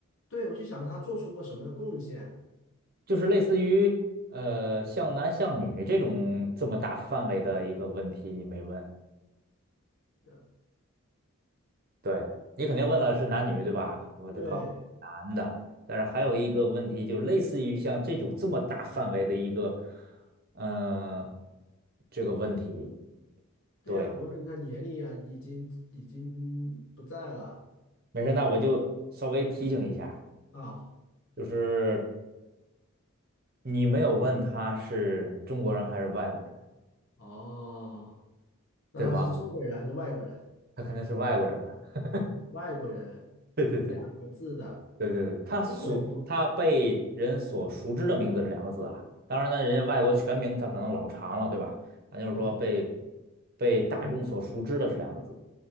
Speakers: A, on the left; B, on the right.
A: 对，我就想他做出过什么贡献。
B: 就是类似于呃像男像女这种这么大范围的一个问题你没问，
A: 呃
B: 对你肯定问了是男女对吧？
A: 嗯。
B: 我就告诉你男的，
A: 对
B: 但是还有一个问题就是类似于像这种这么大范围的一个嗯、呃这个问题，
A: 对呀，
B: 对，
A: 无论他年龄啊，已经已经不在了
B: 没事，那我就稍微提醒一下，
A: 啊。
B: 就是你没有问他是中国人还是外国人。
A: 哦，那他是中国人还是外国人？
B: 对吧？他肯定是外国人了。<laughs>
A: 外国人两个字的，
B: 对对对对对对，他所他被人所熟知的名字是两个字啊。
A: 中国人都
B: 当然呢，人家外国全名他可能老长了，对吧？咱就是说被
A: 哦，
B: 被大众所熟知的是两个字。
A: 但